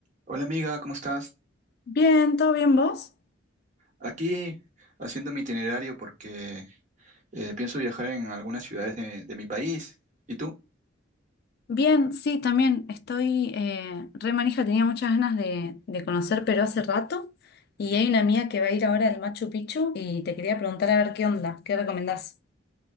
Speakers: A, on the right; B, on the left.
A: Hola amiga, ¿cómo estás?
B: Bien, ¿todo bien vos?
A: Aquí haciendo mi itinerario porque eh, pienso viajar en algunas ciudades de, de mi país. ¿Y tú?
B: Bien, sí, también estoy eh, re manija, tenía muchas ganas de, de conocer Perú hace rato y hay una mía que va a ir ahora al Machu Picchu y te quería preguntar a ver qué onda, qué recomendás.